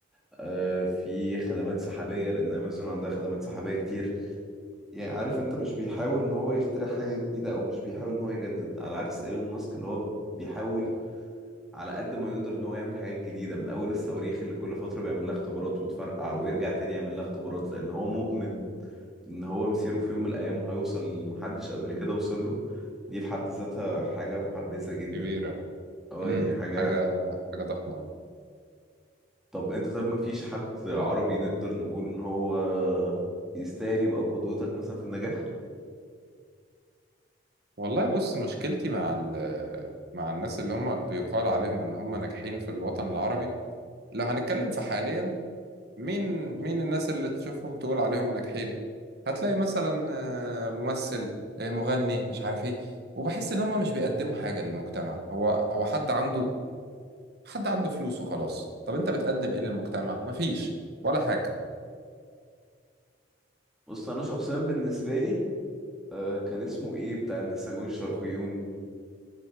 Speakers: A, in the centre; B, on the right.
A: آه في خدمات سحابية لأن أمازون عندها خدمات سحابية كتير يعني عارف أنت مش بيحاول إن هو يخترع حاجة جديدة أو مش بيحاول إن هو يجدد على عكس إيلون ماسك اللي هو بيحاول على قد ما يقدر ان هو يعمل حاجات جديده من اول الصواريخ اللي كل فتره بيعمل لها اختبارات وتفرقع ويرجع تاني يعمل لها اختبارات لان هو مؤمن ان هو مسيره في يوم من الايام هيوصل لمحدش قبل كده وصل له دي في حد ذاتها حاجه محبذه جدا
B: كبيرة
A: اه
B: امم
A: يعني حاجه
B: حاجة حاجة ضخمة أوي
A: طب انت طب ما فيش حد عربي نقدر نقول ان هو يستاهل يبقى قدوتك مثلا في النجاح
B: والله بص مشكلتي مع ال- مع الناس اللي هم بيقال عليهم ان هم ناجحين في الوطن العربي لو هنتكلم في حاليا مين مين الناس اللي تشوفهم تقول عليهم ناجحين هتلاقي مثلا آه، ممثل آه، مغني مش عارف ايه وبحس ان هم مش بيقدموا حاجة للمجتمع هو هو حد عنده حد عنده فلوس وخلاص طب انت بتقدم ايه للمجتمع مفيش ولا حاجة
A: بص انا شخصيا بالنسبه لي آه، كان اسمه ايه بتاع النساجون الشرقيون